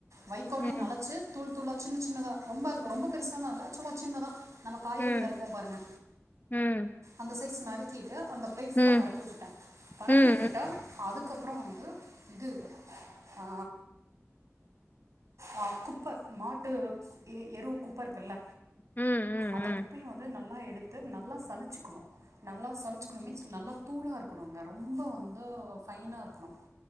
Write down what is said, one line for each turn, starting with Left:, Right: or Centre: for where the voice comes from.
Right: வைக்கோலயு
Left: ம்
Right: நளச்சு தூள் தூளா சின்ன சின்னதா ரொம்ப ரொம்ப பெருசாலா இல்ல சும்மா சின்னதா நம்ம காய்கறி
Left: ம் ம்
Right: நறுக்குவோ பாருங்க
Left: ம்
Right: அந்த சைஸ் நறுக்கிட்டு அந்த ப்ளேட் ஃபுல்லா
Left: ம்
Right: பரப்பி வுட்டுட்டே பரப்பி
Left: ம்
Right: விட்டுட்டு அதுக்கப்புறோ வந்து இது ஆ ஆ குப்ப மாட்டு எ எரு குப்ப இருக்குல்ல
Left: ம் ம்
Right: அந்த குப்பையு வந்து நல்லா எடுத்து நல்லா சளிச்சிக்கணு நல்லா சளிச்சிக்கணு மீன்ஸ் நல்லா தூளா இருக்கணுங்க ரொம்ப வந்து ஃபைனா இருக்கணு